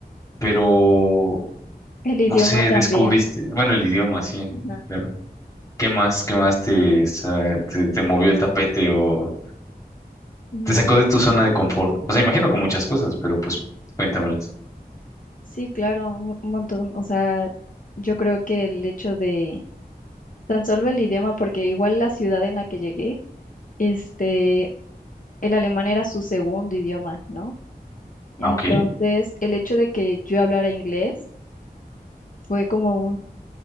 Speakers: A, on the left; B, on the left.
A: pero
B: el idioma
A: no sé,
B: también.
A: descubriste, bueno, el idioma, sí,
B: Ajá.
A: claro. ¿Qué más, qué más te, sa- te, te movió el tapete o
B: Mm,
A: te sacó de tu zona de confort? O sea, imagino con muchas cosas, pero pues cuéntamelas.
B: Sí, claro, un un montón. O sea, yo creo que el hecho de tan solo el idioma, porque igual la ciudad en la que llegué, este, el alemán era su segundo idioma, ¿no? Entonces,
A: Ah, Ok,
B: el hecho de que yo hablara inglés fue como un,